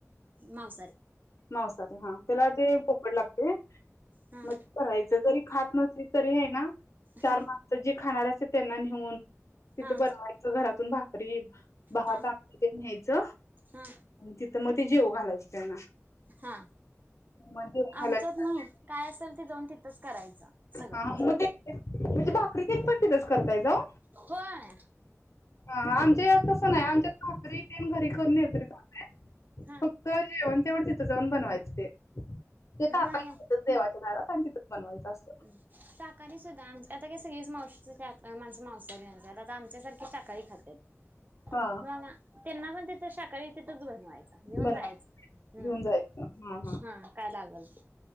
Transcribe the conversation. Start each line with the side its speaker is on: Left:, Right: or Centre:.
Right: मांसाहारी
Left: मवसाारी हा त्याला ते पोकड लागते
Right: हा
Left: म करायच जरी खात नसली तरी आहे ना चार
Right: हा
Left: मा तर जे खाणार असे त्यांना नेऊन तिथं
Right: हा
Left: बनवायचं घरातून भाकरी भाह
Right: हा
Left: तिथ न्यायचं
Right: हा
Left: तिथं मग ते जेव घालायचं त्यांना
Right: हा
Left: मग जेव घालायचं
Right: आमचच नाही काय असेल ते जाऊन तिथंच करायचं सगळं
Left: हा मग ते म्हणजे भाकरी तन पण तिथेच करताय जाऊ
Right: होय
Left: हा आमच्या तसं नाही आमच्या खज्रीन घरी करून येत रे चालते
Right: हा
Left: फक्त जेव तेवढती त जाऊन बनवायच ते तेे का
Right: नाही
Left: काय करच देवाच्या दारात आणि तिथंच बनवायचं असतं
Right: हम्म शाकाहारी सुद्धा आमचे आता का सगळीच माशी माणसं मांसाहारी आता आमच्यासारखी शाकारी खातात
Left: हा
Right: मग त्यांना पण तिथ शाकाहारी तिथच बनवायचं घेऊन
Left: बनवायचं
Right: जायचं हम्
Left: घेऊन जायचं हा
Right: हा काय लागल ते